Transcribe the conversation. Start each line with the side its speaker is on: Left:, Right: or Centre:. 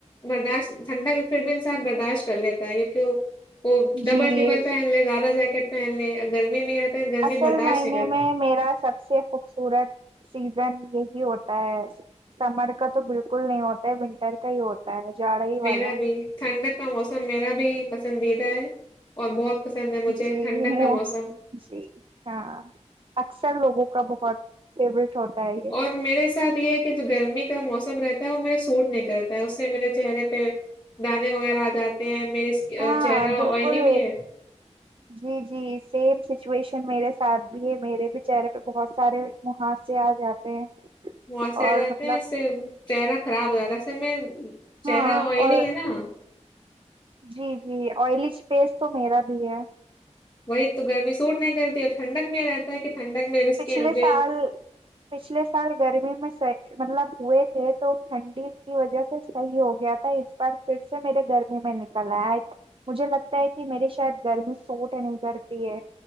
Left: برداشت ٹھنڈا پھر بھی انسان برداشت کر لیتا ہے یہ کیوں وہ ڈبل
Right: جی
Left: ٹبل پہن لے زیادہ جیکٹ پہن لے گرمی میں رہتا ہے گرمی
Right: اصل
Left: برداشت
Right: معنی
Left: ہے گا
Right: میں میرا سب سے خوبصورت سیزن یہی ہوتا ہے س سمر کا تو بالکل نہیں ہوتا ہے ونٹر کا ہی ہوتا ہے جاڑا ہی والا
Left: میرا بھی ٹھنڈک کا موسم میرا بھی پسندیدہ ہے اور بہت پسند ہے مجھے
Right: جی
Left: ٹھنڈک
Right: منہ
Left: کا موسم
Right: جی ہاں اکثر لوگوں کا بہت فیوریٹ ہوتا ہے یہ
Left: اور میرے ساتھ یہ ہے کہ جو گرمی کا موسم رہتا ہے وہ میرے سوٹ نہیں کرتا ہے اس سے میرے چہرے پہ دانے وغیرہ آ جاتے ہیں میرے
Right: ہاں
Left: چہرہ
Right: بالکل
Left: آئلی بھی ہے
Right: جی جی سیم سچویشن میرے ساتھ بھی ہے میرے بھی چہرے پہ بہت سارے محاسے آ جاتے ہیں
Left: محاسے
Right: اور
Left: آ جاتے
Right: مطلب
Left: ہیں اس سے چہرہ خراب ہو جاتا ہے اس سے میں چہرہ
Right: ہاں
Left: آئلی
Right: اور
Left: ہےنا
Right: جی جی آئلی فیس تو میرا بھی ہے
Left: وہی تو گرمی سوٹ نہیں کرتی ہے ٹھنڈک میں یہ رہتا ہے کہ ٹھنڈک میں بھی اسکن
Right: پچھلے سال پچھلے سال گرمی میں س مطلب ہوئے تھے تو ٹھنڈی کی وجہ سے صحیح ہو گیا تھا اس بار پھر سے میرے گرمی میں نکل آے مجھے لگتا ہے کہ میرے شاید گرمی سوٹ نہیں کرتی ہے